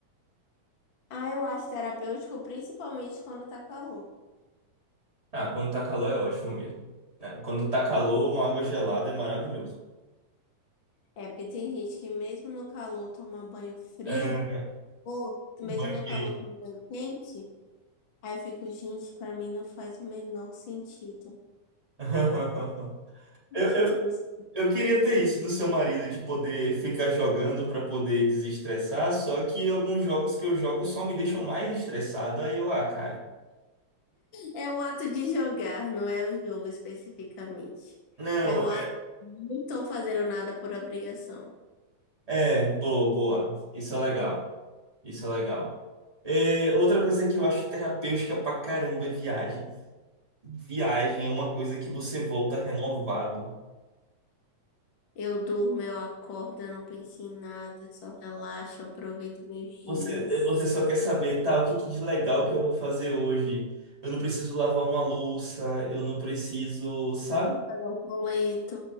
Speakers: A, on the left (about 50°); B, on the right (about 20°).
A: Ah, eu acho terapêutico, principalmente quando tá calor.
B: Ah, quando tá calor é ótimo mesmo. né? Quando tá calor, uma água gelada é maravilhoso.
A: É, porque tem gente que mesmo no calor toma banho frio,
B: É,
A: ou mesmo
B: banho
A: no
B: quente.
A: calor toma banho quente. Aí eu fico, gente, pra mim não faz o menor sentido.
B: <laughs> Eu,
A: Sentido
B: eu,
A: isso.
B: eu queria ter isso do seu marido, de poder ficar jogando para poder desestressar, só que alguns jogos que eu jogo só me deixam mais estressado, aí eu, ah, cara.
A: É o ato de jogar, não é o jogo especificamente.
B: Não,
A: É o ato de não estou fazendo nada por obrigação.
B: é, boa, boa. Isso é legal. Isso é legal. É, outra coisa que eu acho terapêutica pra caramba é viagem. Viagem é uma coisa que você volta renovado.
A: Eu durmo, eu acordo, eu não penso em nada, só relaxo, aproveito meus dias,
B: Você, é, você só quer saber, tá, o que que de legal que eu vou fazer hoje? Eu não preciso lavar uma louça, eu não preciso, sabe?
A: pago um boleto.